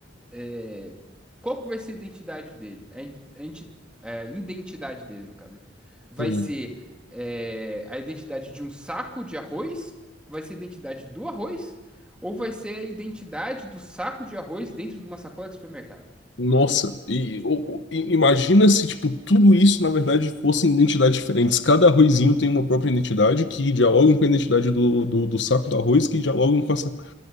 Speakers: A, in the centre; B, on the left (about 70°).
A: é, qual que vai ser a identidade dele? A, in- a inti- a identidade dele, no caso. Vai
B: Sim.
A: ser é, a identidade de um saco de arroz? Vai ser a identidade do arroz? Ou vai ser a identidade do saco de arroz dentro de uma sacola de supermercado?
B: Nossa, e, o- o- i- imagina se tipo tudo isso na verdade fossem identidades diferentes. Cada arrozinho tem uma própria identidade que dialogam com a identidade do, do, do saco do arroz que dialogam com essa.